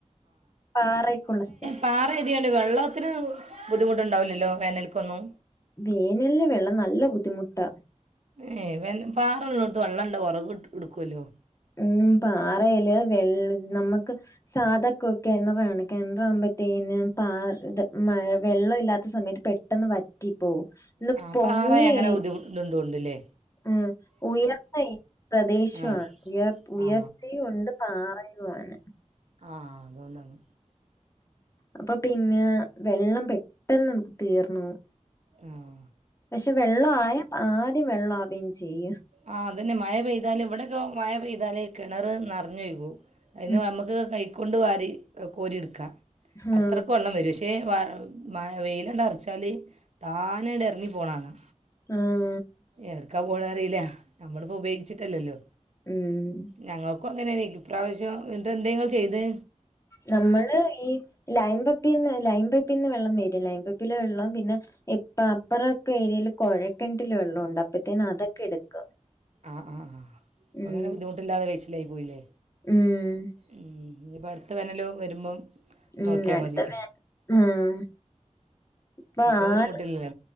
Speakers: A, on the left (about 25°); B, on the right (about 65°).
A: പാറെക്കുള്ള സ്ഥലം
B: പാറെ ഏതിയാല് വെള്ളത്തിന് ബുദ്ധിമുട്ടുണ്ടാവുല്ലല്ലോ വേനൽക്കൊന്നും.
A: വേനൽല് വെള്ളം നല്ല ബുദ്ധിമുട്ടാ.
B: ഏഹ് വെല്ലം പാറള്ളോട്ത്ത് വെള്ളണ്ടാ ഒറക് ട് ഇടുക്കുവല്ലോ.
A: ഉം പാറേല് വെൾള് നമക്ക് സാധക്കൊക്കെ കെണറാണെ കെണറാവുമ്പത്തേനും പാ ഇത് മഴ വെള്ള ഇല്ലാത്ത സമയത്ത് പെട്ടെന്ന് വറ്റിപ്പോവും. ഇത്
B: ഹാ
A: പൊങ്ങിയ
B: പാറായാ അങ്ങനെ ബുദ്ധിമു ഇണ്ട് ണ്ടോൺല്ലേ.
A: ഉം ഉയർന്നെ പ്രദേശവാ.
B: ആ
A: ഉയർത്ത് ഉയർച്ചയു
B: ആ
A: ഉണ്ട് പാറയുവാണ്.
B: ആഹ് അതോണ്ടാണ്.
A: അപ്പ പിന്നെ വെള്ളം പെട്ടെന്ന് നമുക്ക് തീർന്നോവും.
B: ആഹ്.
A: പക്ഷെ വെള്ള ആയാ ആദ്യം വെള്ള ആവേം ചെയ്യും.
B: ആഹ് അതന്നെ മഴ പെയ്താല് ഇവിടെയൊക്കെ മഴ പെയ്താല് കിണറ് നറഞ്ഞൊയ്കു. അയ്ന്ന്
A: ഉം.
B: നമ്മക്ക് കൈക്കൊണ്ട് വാരി കോരി ഇട്ക്കാ.
A: ആഹ്.
B: അത്രക്ക് വെള്ളം വരും ഇ പക്ഷേ വ മയ വെയിലാണ്ടർച്ചാല് താനേണ്ട് എർങ്ങി പോണാണാ.
A: ആഹ്
B: ഏട്ക്കാ പോണാ അറീല്ല. നമ്മളിപ്പോ ഉപയോഗിച്ചിട്ടല്ലല്ലോ
A: ഉം
B: ഞങ്ങക്കും അങ്ങനേനി ഇപ്രാവശ്യം ഇന്നട്ടെന്തെ ങ്ങൾ ചെയ്തെ?
A: നമ്മള് ഈ ലൈം പപ്പിന്ന് ലൈൻ പയ്പ്പീന്ന് വെള്ളം വരും. ലൈൻ പയ്പ്പിലെ വെള്ളം പിന്നെ പ്പ അപ്പറൊക്കെ ഏരിയേല് കൊഴക്കെൻ്റ്റില് വെള്ള ഉണ്ട്. അപ്പഴ്ത്തേന് അതൊക്കെ എടുക്കും.
B: ആഹ് ആഹ് ആഹ് അപ്പൊ
A: ഉം.
B: ങ്ങനെ ബുദ്ധിമുട്ടില്ലാതെ കൈച്ചിലായി പോയില്ലേ.
A: ഉം.
B: ഉം ഇഞ് പ്പോ അടുത്ത വേനലോ വരുമ്പം
A: ഉം
B: നോക്കിയാൽ
A: അടുത്ത
B: മതി
A: വേൻ ഹും ഇപ്പൊ
B: ഇപ്പം
A: ആൾ
B: ബുദ്ധിമുട്ടില്ലല്ലോ